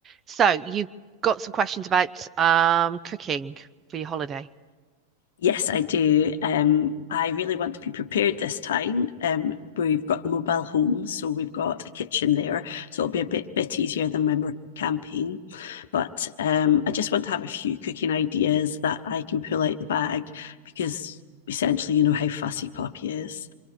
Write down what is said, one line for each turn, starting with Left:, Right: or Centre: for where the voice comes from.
Right: So you got some questions about um cooking for your holiday,
Left: Yes, I do. Um, I really want to be prepared this time. Um, we've got the mobile home, so we've got a kitchen there, so it'll be a bit bit easier than when we're camping. But um, I just want to have a few cooking ideas that I can pull out the bag because essentially, you know how fussy Poppy is.